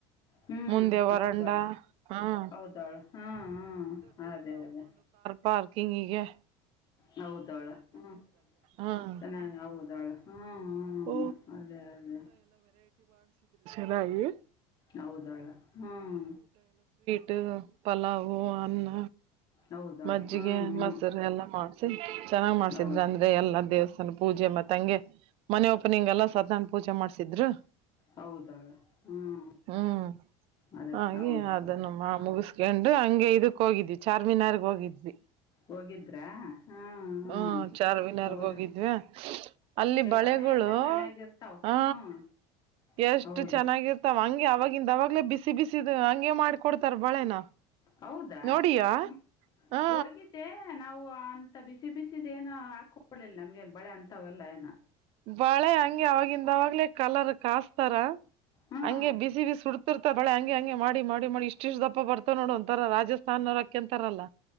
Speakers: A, on the left; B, on the right.
A: ಹ್ಮ್
B: ಮುಂದೆ ವರಂಡ
A: ಹೌದಾಳು
B: ಹ್ಮ
A: ಹೌದಾಳು ಹ್ಮ ಹ್ಮ ಅದೇ ಅದೇ
B: ಪಾರ್ಕಿಂಗ್ ಈಗೆ
A: ಹೌದಾಳ ಹ್ಮ
B: ಹ್ಮ್
A: ಚೆನ್ನಾಗಿ ಹೌದಾಳ ಹ್ಮ ಹ್ಮ
B: ಓ
A: ಅದೇ ಅದೇ
B: ನ್ನಾಗಿ
A: ಹೌದಾಳ ಹ್ಮ್
B: ಟ್ ಪಲಾವು ಅನ್ನ
A: ಹೌದಾಳು
B: ಮಜ್ಜಿಗೆ
A: ಹ್ಮ್ ಹ್ಮ್
B: ಮೊಸರು ಎಲ್ಲ ಮಾಡ ಸರಿ ಚೆನ್ನಾಗಿ ಮಾಡಸಿದ್ರೆ
A: ಹೌದು
B: ಅಂದ್ರೆ ಎಲ್ಲ ದೇವಸ್ ಪೂಜೆ ಮತ್ತೆ ಹಂಗೆ ಮನ ಒಪನಿಂಗಲ್ಲ ಸತಾನ ಪೂಜೆ ಮಾಡ್ಸಿದ್ರು
A: ಹೌದಾಳು ಹ್ಮ್
B: ಹ್ಮ್
A: ಅದೇ
B: ಹಾಗೆ
A: ಹೌದಾಳು
B: ಅದನ್ನುಮ್ಮ ಮುಗಿಸ <unintelligible> ಹಂಗೆ ಇದಕ್ ಹೋಗಿದ್ವಿ ಚಾರ್ ಮಿನಾರ್ ಹೋಗಿದ್ವಿ
A: ಹೋಗಿದ್ರಾ ಹ್ಮ್ ಹ್ಮ್
B: ಹ್ಮ ಚಾರ್ವಿನಾರ್ಗ
A: ಹೌದಾ
B: ಹೋಗಿದ್ವಿ ಅಲ್ಲಿ ಬಳೆಗಳು
A: ಬಳೆ ಎಲ್ಲ ಚೆನ್ನಾಗಿರ್ತಾವ
B: ಹ
A: ಹ್ಮ್
B: ಎಷ್ಟು
A: ಹೌದು
B: ಚೆನ್ನಾಗಿರ್ತಾವ ಹಂಗೆ ಅವವಾಗಿಂದ ಅವವಾಗಲೇ ಬಿಸಿ ಬಿಸಿದು ಹಂಗೆ ಮಾಡ್ ಕೊಡ್ತಾರ ಬಾಳೆನ
A: ಹೌದಾ
B: ನೋಡಿಯಾ
A: ಹಾಂ
B: ಹಾ
A: ಹೋಗಿದ್ದೆ ನಾವು ಅಂತ ಬಿಸಿ ಬಿಸಿದೇನ ಹಾಕೊಳಿಲ್ಲ ನಮ್ಗನ್ ಬಳೆ ಅಂತವಲ್ಲ ಏನ
B: ಬಾಳೆ ಹಂಗೆ ಅವವಾಗಿಂದವಾಗ್ಲೇ ಕಲರ್ ಕಸ್ತಾರ
A: ಹಾಂ
B: ಹಂಗೆ ಬಿಸಿ ಬಿಸಿ ಸುಡ್ತಾ ರ್ತ ಬಳೆ ಹ ಹಾಗಂ ಹಂಗೆ ಮಾಡಿ ಮಾಡಿ ಮಾಡಿ ಇಷ್ಟ ಇಷ್ಟು ದಪ್ಪ ಬರ್ತಾವ ನೋಡು ಒಂಥರ ರಾಜಸ್ನರು ಅಕ್ಕಕಂತಾರಲ್ಲ